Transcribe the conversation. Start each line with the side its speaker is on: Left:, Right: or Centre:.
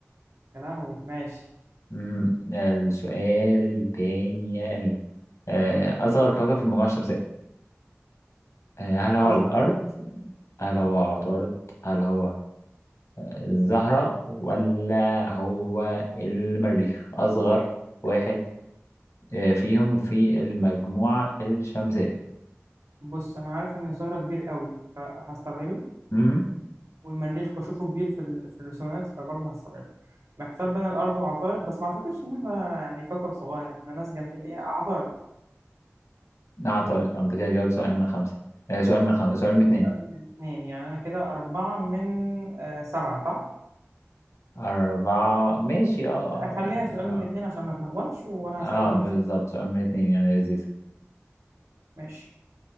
Right: يا لهوي ماشي
Left: مم. آه... السؤال التاني يا امير آه... اصغر كوكب في المجموعة الشمسية آه، هل هو
Right: اصغر
Left: الأرض
Right: تمام
Left: هل هو عطارد هل هو الزهرة ولا هو المريخ أصغر واحد آه، فيهم في المجموعة الشمسية
Right: بص انا عارف ان الزهرة كبير قوي فهستبعده
Left: مهم.
Right: والمريخ بشوفه كبير في, ال... في الرسومات فبرضه هستبعده محتار بين الأرض وعطارد بس ما أعتقدش إن إحنا يعني كوكب صغير إحنا ناس جامدين إيه عطارد
Left: أعتقد أنا كده جاوب سؤال
Right: أعتقد
Left: من خمسة آه، سؤال من خمسة سؤال من اتنين
Right: أقل من اتنين يعني أنا كده أربعة من آه سبعة صح؟
Left: أربعة ماشي اه
Right: خليها
Left: آه، يعني
Right: سؤال
Left: اه
Right: من اتنين عشان ما نتلخبطش وأنا
Left: اه
Right: هسألك برضه
Left: بالظبط
Right: سؤال
Left: سؤال من اتنين يعني لذيذ
Right: ماشي